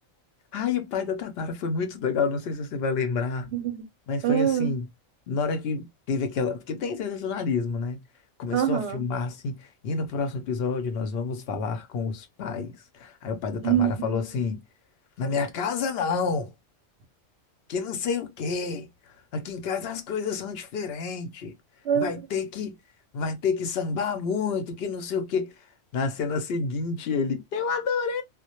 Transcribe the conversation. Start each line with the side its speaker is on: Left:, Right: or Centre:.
Left: Ai, o pai da Tatara foi muito legal, não sei se você vai lembrar.
Right: <laughs>
Left: Mas foi
Right: Ah,
Left: assim, na hora que teve aquela. Porque tem sensacionalismo, né? Começou
Right: Aham.
Left: a filmar assim, e no próximo episódio nós vamos falar com os pais. Aí o pai da Tamara
Right: Uhum.
Left: falou assim: Na minha casa não, que não sei o quê. Aqui em casa as coisas são diferentes.
Right: Ah,
Left: Vai ter que, vai ter que sambar muito, que não sei o quê. Na cena seguinte, ele, eu adorei